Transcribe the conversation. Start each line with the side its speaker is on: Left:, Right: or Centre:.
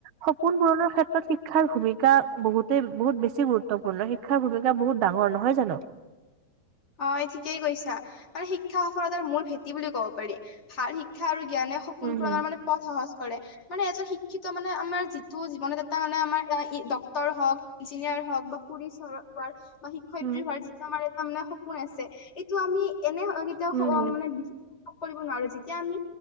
Right: সপোন পূৰণৰ ক্ষেত্ৰত শিক্ষাৰ ভূমিকা বহুতে বহুত বেছি গুৰুত্বপূৰ্ণ শ শিক্ষাৰ ভূমিকা বহুত ডাঙৰ, নহয় জানো?
Left: হয় ঠিকেই কৈছা শিক্ষা সফলতাৰ মূল ভেটি বুলি ক'ব পাৰি। ভাল শিক্ষা আৰু জ্ঞানে সপোন
Right: উম,
Left: পূৰণৰ
Right: হম,
Left: মানে পথ সহজ কৰে মানে এজন শিক্ষিত মানে আমাৰ যিটো জীৱনত এটা মানে আমাৰ ডক টৰ হওক ইঞ্জিনিয়াৰ হওক বা পুৰি চৰত পাৰ্কচ বা শিক্ষয়িত্ৰী
Right: উম,
Left: হোৱাৰ যিটো আমাৰ নে সপোন আছে এইটো আমি এনে কেতিয়াও
Right: হম, হম,
Left: মানে কৰিব নোৱাৰো যেতিয়া আমি